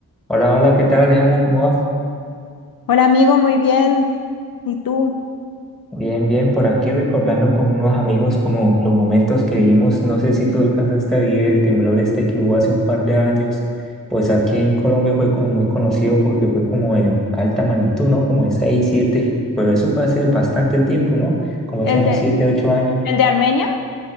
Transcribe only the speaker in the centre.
Hola, hola, ¿qué tal Alejandra? ¿Cómo vas?
Bien, bien, por aquí recordando con unos amigos como los momentos que vivimos, no sé si tú alcanzaste a vivir el temblor este que hubo hace un par de años, pues aquí en Colombia fue como muy conocido porque fue como de alta magnitud, ¿no? Como de 6 7. pero eso fue hace bastante tiempo, ¿no? Como hace
unos
7 8 años.